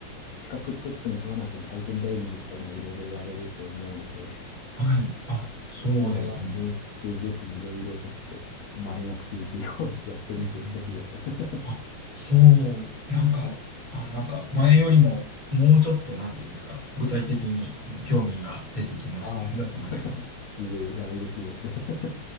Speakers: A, on the left (about 70°); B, on the right (about 20°).
A: 資格取っても取らなくても体験ダイビングとか今いろいろやれると思うので
B: はい。あ、そうですね。
A: 沖縄に行って、ぜひいろいろちょっとマリンアクティビティを <laughs> やってみてほしいです。
B: うーん。
A: <laughs>
B: あ、そう、なんか、あ、なんか前よりももうちょっとなんて言うんですか、具体的にうん興味が出てきました。
A: ああ、
B: ありがとうございます。
A: <laughs> いえいえ、いや、嬉しいです。<laughs>